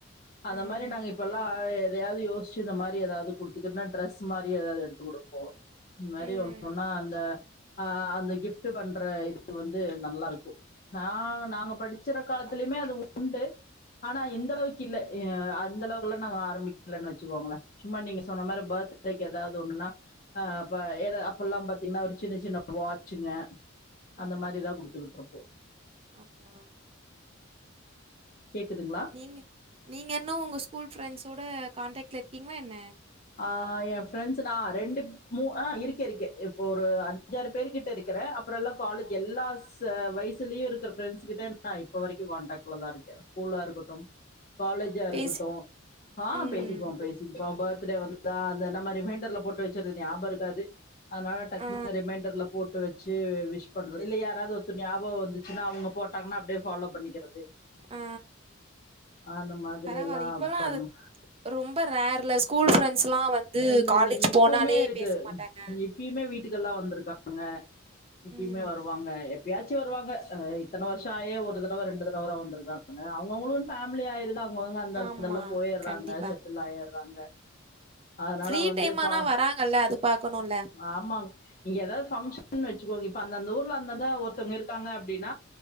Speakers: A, on the left; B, on the right.
A: அந்த
B: ம்
A: மாரி நாங்க இப்பெல்லா எதயாது யோசிச்சு இந்த மாரி ஏதாவது குடுத்துக்கன்னா டிரெஸ் மாரி ஏதாது எடுத்து குடுப்போ இந் மாரி
B: ம்
A: ஒண்ணு ஒன்னா அந்த ஆ அந்த கிஃப்ட்ட் பண்ற இது வந்து நல்லாருக்கு ஆ நாங்க ச்சிர
B: கண்டிப்பா
A: காலத்லையுமே அது உண்டு ஆனா
B: ம்
A: இந்த அளவுக்கு இல்ல எ அந்த அளவுக்குல்லா நாங்க ஆரம்பிக்கலன்னு வச்சுக்கோங்களேன் சும்மா நீங்க சொன்ன மாரி பர்த்டேக்கு ஏதா ஒண்ணுன்னா ஆ அப்ப ஏல அப்பல்லாம் பாத்தீங்கன்னா ஒரு சின்ன சின்ன வாச்சுங்க அந்த
B: ஆமா
A: மாரிதான் குடுத்துக்கிட்டு இருப்போம்
B: ஆமா
A: கேக்குதுங்ளா
B: நீங்க நீங்க இன்னும் உங்க ஸ்கூல் ஃப்ரெண்ட்ஸோட கான்டக்ட்ல் இருக்கீங்ளா என்ன
A: ஆ என் ஃப்ரெண்ட்ஸ் நான் ரெண்டு மூ ஆ இருக்க இருக்கே இப்போ ஒரு அஞ்சாறு பேரு கிட்ட இருக்கறே அப் அப்புறல்லாம் காலஜ் எல்லா ஸ் வயசுலயும் இருக்கிற ஃப்ரண்டஸ்கிட்ட நான் இப்போ வரைக்கும் காண்டாக்டில தான் இருக்கேன் ஸ்கூலா இருக்கட்டும் காலேஜா இருக்கட்டும்
B: பேசி
A: ஆ
B: ம்
A: பேசிக்குவோம் பேசிக்குப்போம் பர்த் டே வந்தா அந்த நம்ம ரிமைண்டர்ல போட்டு வச்சிருது ஞாபரு க்காது அதனால டக்குனு
B: ஆ
A: ரிமைண்டர்ல போட்டு வச்சு விஷ் பண்றது இல்ல யாராவது ஒருத்தர் ஞாபகம் வந்து அவங்க போட்டாங்கனா அப்டியே ஃபாலோ பண்ணிக்கிறது
B: ஆ
A: அந்த மாதிரி
B: பரவால்ல
A: எல்லாம்
B: இப்பல்லா
A: பண்ணுவ
B: அது ரொம்ப ரேர்ல ஸ்கூல் ஃப்ரெண்ட்ஸ் லாம் வந்து
A: இல்ல
B: காலேஜ்
A: இல்லிங்க இப்போமே
B: போனாலே
A: இருக்குது
B: பேச மாட்டாங்க
A: அது பெயுமே வீட்டுக்கெல்லாம் வந்திருக்காங்க இப்பயுமே
B: ம்
A: வருவாங்க எப் யாச்சி வருவாங்க இத்தனை வருஷமாயே ஒரு தடவை ரெண்டு தடவை தான் வந்திருக்காங்க அவங்கவங்களுக்கு ஃபேமிலி ஆயிருந்தா அவங்க வந்து அந்த
B: ஆமா
A: அங்கல்லாம் போயிறாங்க
B: கண்டிப்பா
A: செட்டில் ஆயறாங்க அதனால
B: ஃப்ரீ
A: வந்து
B: டைம்
A: பா
B: ஆனா வராங்கல்ல அது பாக்கணுல்ல
A: ஆமா இங்க ஏதாவது பங்க்ஷன் வச்சுக்கோங்க இப்ப அந்தந்த ஊர்ல அந்தத ஒருத்தவங்க இருக்காங்க அப்டினா